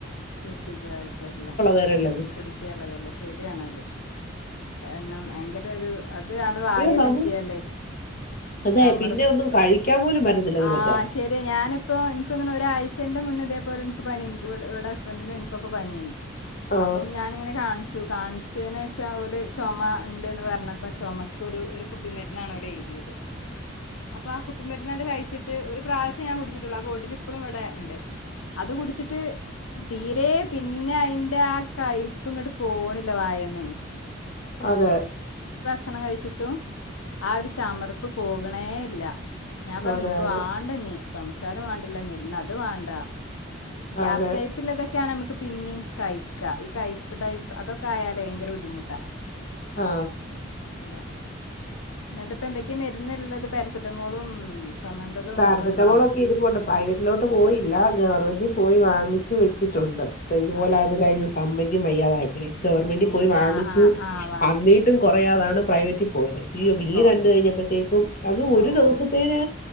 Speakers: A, on the left; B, on the left.
A: കുത്തിക്കയപ്പോല്ലേ
B: നേരമല്ലത്
A: കുടിക്കാലതല്ല ശരിയാണത് കാരണം ഭയങ്കര രു അത് അടെ വായൽ
B: ഇത് നമ്മ
A: എത്തിയല്ലേ
B: അതെ
A: ചമർപ്പ
B: പിന്നെ ഒന്നും കഴിക്കാൻ പോലും പറ്റത്തില്ല നമുക്ക്
A: ആ ശരി ഞാനിപ്പോ എനിക്കൊന്ന്ണ ഒരാഴ്ചന്റെ മുന്നേ ഇതേപോലെ ൻ ക്ക് പനെ ൻക്ക് വ് വ്ടെ ഹസ് നും ൻക്കൊക്കെ പനിയനേ
B: ആ
A: അപ്പം ഞാനിങ്ങനെ കാൺച്ചു കാൻച്ചേനേഷ ഓല് ചാെമ ണ്ട്ന്ന് പറഞ്ഞപ്പ ചൊമക്ക് ഒരു ഒരു കുപ്പിമരുന്നാണ് ഓലെയ്തിയേത് അപ്പൊ ആ കുപ്പി മെ രുന്ന് കഴിച്ചിട്ട് ഒരു പ്രാവശ്യം ഞാൻ കുടിച്ചിട്ടുള്ളൂ ആ ബോട്ടിൽ ഇപ്പളും ഇവിടെ ഇണ്ട് അത് കുടിച്ചിട്ട് തീരെ പിന്നെ അയിന്റെ ആ കൈപ്പ് ഇങ്ങട്ട് പോണ്ല്ല വായേന്നേ
B: അതെ
A: ഷണം കയ്ച്ചിട്ടും ആ ഒരു ചമർപ്പ് പോക ണേല്ല ഞാൻ പറഞ്ഞു
B: അതെ
A: ൻക്ക്
B: അതെ
A: വാണ്ടഞ്ഞ് ചൊമച്ചാലും വേണ്ടില്ല മര്ന്ന് അത് വാണ്ട ഗ്യാസ്
B: അതെ
A: ടൈപ്പ് ക്കെയാണെ മ്മക്ക് പിന്നിം കയ്ക്ക ഈ കയ്പ്പ് ടൈപ് അതൊക്കെ ആയാലെ ഭയങ്കര ബുദ്ധിമുട്ടാ
B: ആ
A: താ ന്ന്ട്ട് പ്പ എന്തെക്കെ മര്ന്ന്ള്ളത് പാരസെറ്റമോളും ചുമൻ്റെതും
B: പാരസെറ്റമോൾ
A: ഒക്കെ ഉണ്ടാവും
B: ഒക്കെ ഇരുപ്പുണ്ട് പ്രൈവറ്റിലോട്ട് പോയില്ല ഗവൺമെന്റി പോയി വാങ്ങിച്ചു വെച്ചിട്ടുണ്ട് ഇത്‌പോലെയത്
A: അത് ശരി
B: കഴിഞ്ഞുസമ്മയ്ക്കും വയ്യാതായപ്പോഴേ ഗവൺമെന്റ്
A: ഏ
B: പോയി വാങ്ങിച്ചു
A: ആ ആ ആ വാങ്ങിച്ചത്
B: അന്നിട്ടും കാെറയാതാണ് പ്രൈവറ്റി പോയത് യ്യോ ബില്ല്
A: പോയത്
B: കണ്ട് കഴിഞ്ഞപ്പോഴത്തേക്കും അത് ഒരു
A: അവൂ
B: ദിവസത്തേന്